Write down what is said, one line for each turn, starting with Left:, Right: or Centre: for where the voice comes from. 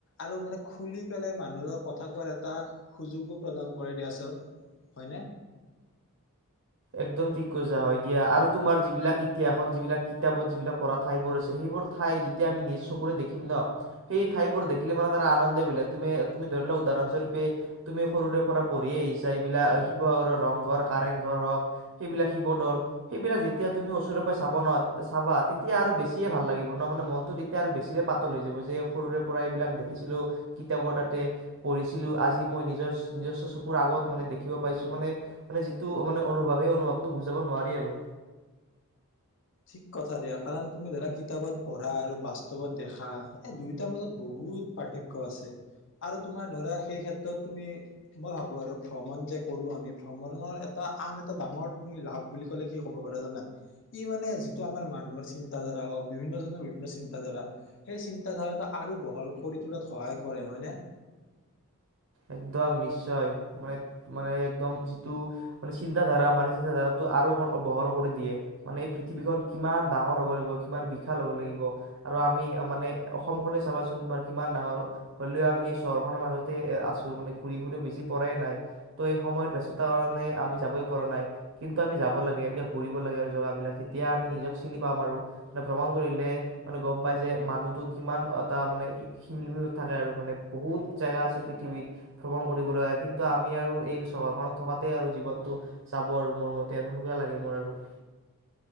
Left: আৰু মানে খুলি পেলাই মানুহৰ লগ কথা কোৱাৰ এটা সুযোগো প্ৰদান কৰে দিয়াচোন হয়নে
Right: একদম ঠিক কৈছা হয়', দিয়া আৰু তোমাৰ যিবিলাক ইতিহাসৰ যিবিলাক কিতাপত যিবিলাক পঢ়া ঠাইবোৰ আছে, সেইবোৰ ঠাই যেতিয়া আমি নিজ চকুৰে দেখিম ন', সেই ঠাই বোৰ দেখিলে মানে তাৰ আনন্দ বেলেগ তুমি - তুমি ধৰি লোৱা উদাহৰণ স্বৰূপে তুমি সৰুৰে পৰা পঢ়িয়ে আহিছা এইবিলাক শিৱসাগৰৰ ৰংঘৰ, কাৰেংঘৰ, হওক সেইবিলাক শিৱদল সেইবিলাক যেতিয়া তুমি ওচৰ পৰাই চাব ন', চাবা তেতিয়া আৰু বেছিয়ে ভাল লাগিব। ন', মানে মনতটো তেতিয়া আৰু বেছি পাতল হৈ যাব যে', সৰুৰে পৰা এইবিলাক দেখিছিলো কিতাপৰ তাতে পঢ়িছিলো, আজি মই নিজৰ নিজস্ব চকুৰ আগত মানে দেখিব পাইছো মানে', - মানে', যিটো মানে অনুভৱে অনুভৱটো তোক বুজাব নোৱাৰি আৰু,
Left: ঠিক কথা দিয়া কাৰণ তুমি', ধৰা কিতাপত পঢ়া আৰু বাস্তৱত দেখা এই দুয়োটাৰ মাজত বহুত পাৰ্থক্য আছে, আৰু তোমাৰ ধৰা সেই ক্ষেত্ৰত তুমি- মই ভাবো আৰু ভ্ৰমণ যে', কৰো আমি ভ্ৰমণৰ এটা আন এটা ডাঙৰ তুমি লাভ বুলি কলে কি ক'ব পাৰা জানা ই মানে যিটো আমাৰ মানুহৰ চিন্তাধাৰা হওঁক, বিভিন্নজনৰ বিভিন্ন চিন্তাধাৰা সেই চিন্তাধাৰাটো আৰু বহল কৰি তোলাত সহায় কৰে হয়নে।
Right: একদম নিশ্চয় মানে-মানে একদম যিটো মানে চিন্ত ধাৰা আমাৰ এই চিন্তা ধাৰাটো আৰু- আৰু বহল কৰি দিয়ে। মানে এই পৃথিৱীখন কিমান ডাঙৰ হ'ব লাগিব, কিমান বিশাল হব লাগিব, আৰু আমি মানে অসমখনে চাবাচোন তোমাৰ কিমান ডাঙৰ হ'লেও আমি এই চহৰখনৰ মাজতে আছো মানে ঘূৰি ফুৰিও বেচি পৰাই নাই ত', এই সময়ত বস্ততাৰ কাৰণে আমি যাবই পৰা নাই কিন্তু আমি যাব লাগে এনেকে ঘুৰিব লাগে আৰু জেগা বিলাক তেতিয়া আমি নিজক চিনি পাম আৰু, মানে ভ্ৰমণ কৰিলে মানে গম পাই যে', মানুহতো কিমান এটা মানে ক্ষীনত থাকে আৰু মানে বহুত জেগা আছে পৃথিৱীত। ভ্ৰমণ কৰিবলৈ কিন্তু আমি আৰু এই চহৰখনত থকাতে আৰু জীৱনটো যাব আৰু মোৰ মতে আৰু হেনেকুৱা লাগে মোৰ আৰু।